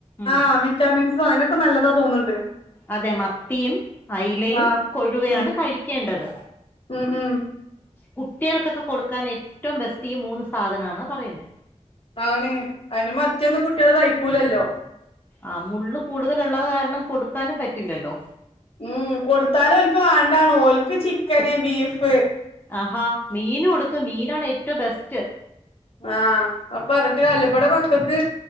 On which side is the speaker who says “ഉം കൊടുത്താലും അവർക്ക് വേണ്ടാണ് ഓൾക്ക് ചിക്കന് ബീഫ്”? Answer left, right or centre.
Left